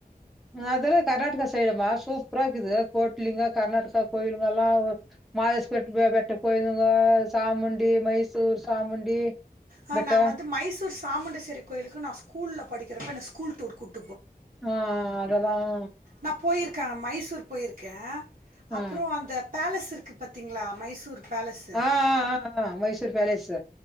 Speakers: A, in the centre; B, on the right (about 55°).
A: அதல்ல கர்நாடக ஸ் சைடமா சூப்பரா இருக்குது கோ லிங்கா கர்நாடகா கோயில் இதல்லாம் ஒரு மாயஸ் <unintelligible> சாமுண்டி மைசூர் சாமுண்டி
B: ஆ,
A: பெட்ட
B: நான் வந்து மைசூர் சாமுண்டேஸ்வரி கோயிலுக்கு நான் ஸ்கூல படிக்கிறப்ப ஸ்கூல் டூர் கூட்
A: ஆஹ் அதெல்லாம்
B: நான் போயிருக்கேன் மைசூர் போயிருக்கேன்
A: ஆ
B: அப்பறம் அந்த பேலஸ் இருக்கு பாத்தீங்களா மைசூர் பேலஸ்ஸு
A: ஆஹ்ஹ் ஆஹ்ஹ மைசூர் பேலேஸ்